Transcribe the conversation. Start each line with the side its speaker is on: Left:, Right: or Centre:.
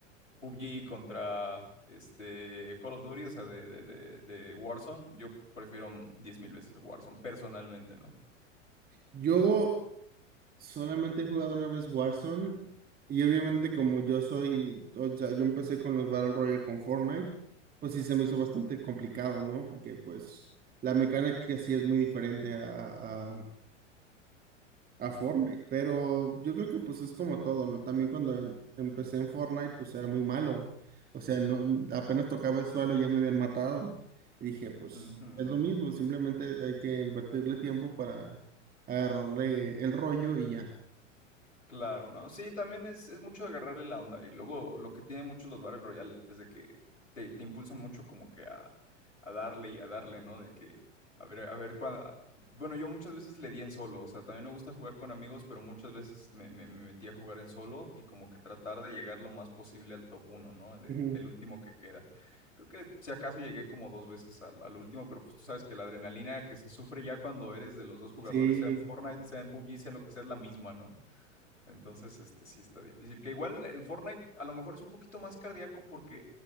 Left: PUBG contra este, Call of Duty, o sea, de, de, de, de Warzone, yo prefiero 10.000 veces Warzone, personalmente, ¿no?
Right: Yo solamente he jugado una vez Warzone y obviamente como yo soy, o sea, yo empecé con los Battle Royale con Fortnite, pues sí se me hizo bastante complicado, ¿no? Porque pues la mecánica sí es muy diferente a a- a Fortnite,
Left: Ujú,
Right: pero yo creo que pues es como todo, ¿no? También cuando em- empecé en Fortnite, pues era muy malo. O sea, no, apenas tocaba el suelo ya me habían matado. Y dije, pues
Left: ujú.
Right: es lo mismo, simplemente hay que invertirle tiempo para agarrarle el rollo y ya.
Left: Claro, ¿no? Sí, también es, es mucho de agarrarle la onda. Y luego lo que tienen muchos los Battle Royales es de que te, te impulsan mucho como que a, a darle y a darle, ¿no? De que, a ver, a ver cuándo... Bueno, yo muchas veces le di en solo, o sea, también me gusta jugar con amigos, pero muchas veces me, me- me metí a jugar en solo y como que tratar de llegar lo más posible al top uno, ¿no? De-
Right: Ujú.
Left: del último que queda. Creo que si acaso llegué como dos veces al, al último, pero pues tú sabes que la adrenalina que se sufre ya cuando eres de los dos jugadores,
Right: Sí.
Left: sea en Fortnite, sea en PUBG, sea en lo que sea, es la misma, ¿no? Entonces, este sí está difícil. Que igual en Fortnite a lo mejor es un poquito más cardíaco porque,